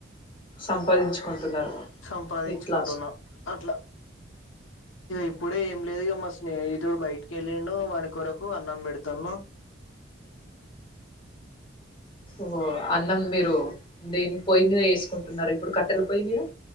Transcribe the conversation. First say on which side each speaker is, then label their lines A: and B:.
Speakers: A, on the left (about 25°); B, on the left (about 85°).
A: సంపాదించుకుంటున్నారు
B: సంపాదించుకుంటున్నాం
A: ఇట్లా
B: అట్లా ఇప్పుడే లేదుగా మా స్నేహితుడు బయటికి వెళ్ళండు వాన కొొరకు అన్నం పెడుతున్నాము
A: ఓో అన్నం మీరు దేని పొయ్యి మీద వేసుకుంటున్నారు ఇప్పుడు కట్టెల పొయ్యి మీద